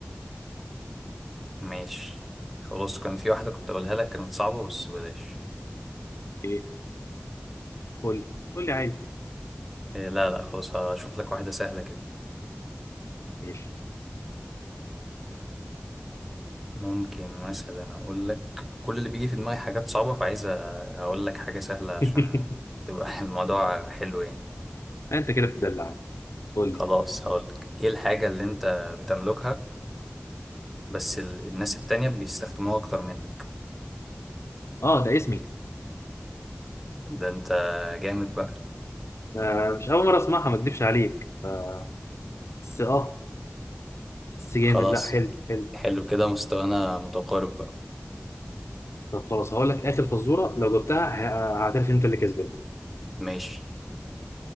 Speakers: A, in the centre; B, on the left.
A: ماشي خلاص كان في واحدة كنت اقولها لك كانت صعبة بس بلاش
B: ايه قول لي قول لي عادي
A: إيه لا لا خلاص هشوف لك واحدة سهلة كده
B: ماشي
A: ممكن مثلا اقول لك كل اللي بيجي في دماغي حاجات صعبة فعايز أ- اقول لك حاجة سهلة عشان
B: <laughs>
A: تبقى <laughs> الموضوع حلو يعني
B: انت كده بتدلع قول
A: خلاص
B: لي
A: هقول لك ايه الحاجة اللي انت بتملكها بس ال- الناس التانية بيستخدموها اكتر منك
B: اه ده اسمي
A: ده انت جامد بقى
B: آه مش اول مرة اسمعها ما اكدبش عليك آه، بس اه بس جامد
A: خلاص
B: لا حلو حلو
A: حلو كده مستوانا متقارب بقى
B: طب خلاص هقول لك اخر فزوره لو جبتها ه- هعترف انت اللي كسبان
A: ماشي